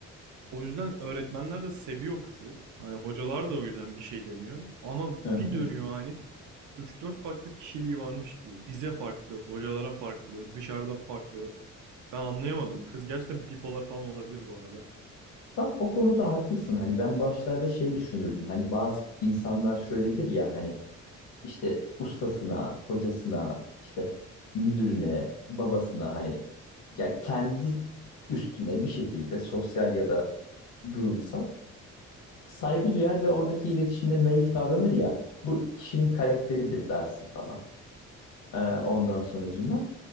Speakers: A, on the right; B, on the left.
A: O yüzden öğretmenler de seviyor kızı. Hani hocalar da o yüzden bir şey demiyor. Ama bir
B: Hı hı.
A: dönüyor hani 3-4 farklı kişiliği varmış gibi. Bize farklı, hocalara farklı, dışarıda farklı. Ben anlayamadım. Kız gerçekten bipolar falan olabilir bu arada.
B: Bak o konuda haklısın. Hani ben başlarda şey düşünürdüm. Hani bazı insanlar şöyledir ya hani işte ustasına, hocasına, işte müdürüne, babasına hani ya kendi üstüne bir şekilde sosyal ya da durumsal saygı duyar ve oradaki iletişimde naif davranır ya. Bu kişinin karakteridir dersin falan. Ee, ondan sonracığıma.